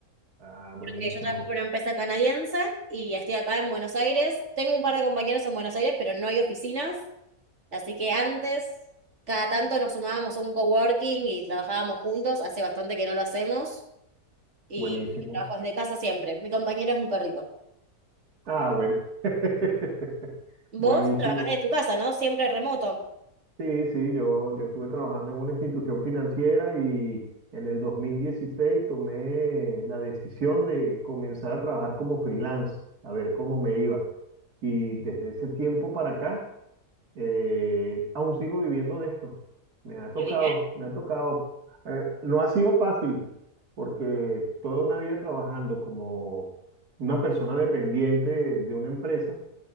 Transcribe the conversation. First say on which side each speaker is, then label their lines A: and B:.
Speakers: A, on the right (about 80°); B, on the right (about 50°).
A: Ah, buenísimo,
B: porque yo trabajo para una empresa canadiense y estoy acá en Buenos Aires. Tengo un par de compañeros en Buenos Aires, pero no hay oficinas, así que antes cada tanto nos sumábamos a un coworking y trabajábamos juntos, hace bastante que no lo hacemos y
A: buenísimo.
B: trabajo desde casa siempre. Mi compañero es mi perrito.
A: Ah, bueno. <laughs>
B: Vos
A: Buenísimo.
B: trabajás desde tu casa, ¿no? Siempre remoto.
A: Sí, sí, yo, yo estuve trabajando en una institución financiera y en el 2016 tomé la decisión de comenzar a trabajar como freelance, a ver cómo me iba. Y desde ese tiempo para acá eh, aún sigo viviendo de esto. Me ha tocado,
B: Qué bien.
A: me ha tocado. Eh, no ha sido fácil, porque toda una vida trabajando como una persona dependiente de una empresa,